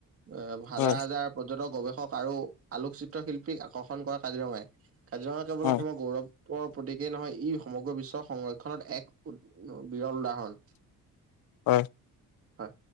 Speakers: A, on the right; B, on the left.
A: এ হাজাৰ
B: হয়
A: হাজাৰ পৰ্যটক গৱেষক আৰু আলোকচিত্ৰ শিল্পীক আকৰ্ষণ কৰে কাজিৰঙাই কাজিৰঙা কেৱল
B: হয়
A: অসমৰ গৌৰৱ ত প্ৰতীকেই নহয় ই সমগ্ৰ বিশ্বৰ সংৰক্ষণত এক বিৰল উদাহৰণ
B: হয়
A: হয়